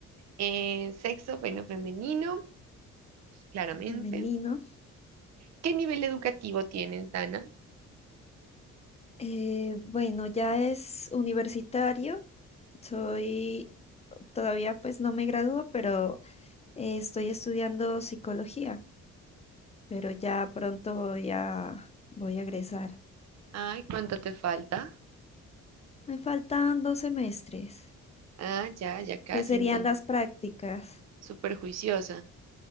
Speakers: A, on the right; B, on the left.
A: Eh, sexo, bueno, femenino, claramente.
B: femenino.
A: ¿Qué nivel educativo tienes, Dana?
B: Eh, bueno, ya es universitario, soy, todavía pues no me gradúo, pero eh, estoy estudiando psicología, pero ya pronto ya voy a voy a egresar.
A: Ay, ¿cuánto te falta?
B: Me faltan dos semestres.
A: Ah, ya, ya casi,
B: que serían
A: entonces,
B: las prácticas.
A: súper juiciosa.